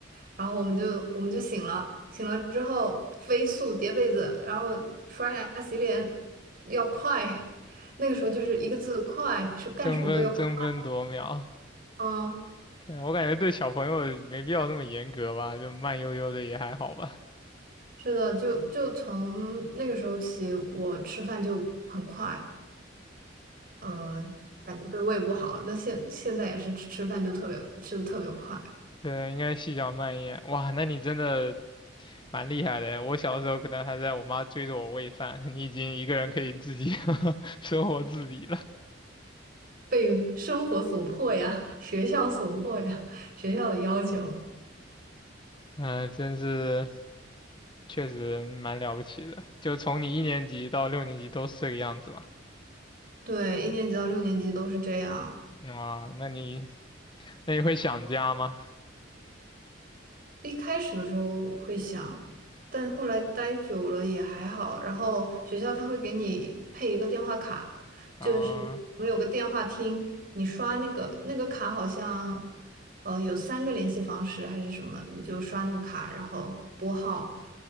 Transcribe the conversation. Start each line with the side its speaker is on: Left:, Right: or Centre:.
Right: 然后我们就我们就醒了，醒了之后飞速叠被子，然后刷牙洗脸要快，那个时候就是一个字快，是干什么都要快，
Left: 争分争分夺秒。
Right: 嗯
Left: 对，我感觉对小朋友没必要那么严格吧，就慢悠悠的也还好吧。
Right: 是的，就就从那个时候起，我吃饭就很快，嗯、感觉对胃不好。那现现在也是吃吃饭就特别吃的特别快，
Left: 对，应该细嚼慢咽。哇，那你真的蛮厉害的。我小时候可能还在我妈追着我喂饭，你已经一个人可以自己 <laughs> 生活自理了。
Right: 被生活所迫呀，学校所迫呀，学校的要求。
Left: 嗯、真是确实蛮了不起的。就从你一年级到六年级都是这个样子吧？
Right: 对，一年级到六年级都是这样。
Left: 哇，那你那你会想家吗？
Right: 一开始的时候会想，但后来待久了也还好。然后学校他会给你配一个电话卡，
Left: 啊
Right: 就是我们有个电话厅，你刷那个那个卡好像，呃，有三个联系方式还是什么，你就刷那个卡，然后拨号，